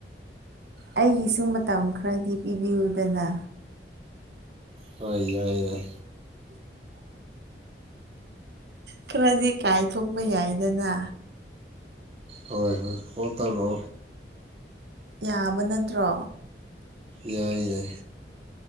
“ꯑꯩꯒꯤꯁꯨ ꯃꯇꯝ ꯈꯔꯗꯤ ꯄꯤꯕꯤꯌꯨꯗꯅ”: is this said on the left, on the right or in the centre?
Right